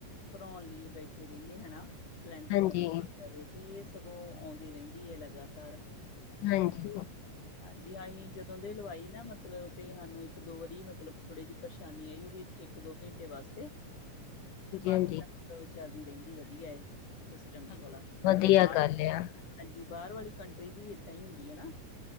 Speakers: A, on the left; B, on the left.
A: ਭਰਾਉਣ ਲਈ ਬੈਠੇ ਰਹਿੰਏ ਹਨਾ, ਸਿਲੰਡਰ
B: ਹਾਂਜੀ।
A: ਖਤਮ ਹੋ ਜਾਵੇ। ਤੇ ਸਗੋਂ ਆਉਂਦੀ ਰਹਿੰਦੀ ਹੈ ਲਗਾਤਾਰ।
B: ਹਾਂਜੀ।
A: ਹਾਂਜੀ ਅਸੀਂ ਜਦੋਂ ਦੇ ਲਵਾਈ ਨਾ ਮਤਲਬ ਤੇ ਸਾਨੂੰ ਇੱਕ ਇੱਕ ਦੋ ਵਾਰੀ ਮਤਲਬ ਥੋੜੀ ਜਿਹੀ ਪਰੇਸ਼ਾਨੀ ਆਈ, ਉਹ ਵੀ ਇੱਕ ਦੋ ਘੰਟੇ ਵਾਸਤੇ ਬਾਕੀ
B: ਹਾਂਜੀ।
A: ਤਾਂ ਮਤਲਬ ਚੱਲਦੀ ਰਹਿੰਦੀ ਵਧੀਆ ਹੈ, ਸਿਸਟਮ
B: ਚਲੋ
A: ਵਾਲਾ ਮਤਲਬ
B: ਵਧੀਆ
A: ਬਾਹਰ
B: ਗੱਲ
A: ਹਾਂਜੀ,
B: ਆ,
A: ਬਾਹਰ ਵਾਲੀ ਕੰਟਰੀ ਚ ਵੀ ਏਦਾਂ ਹੀ ਹੁੰਦੀ ਹਨਾ।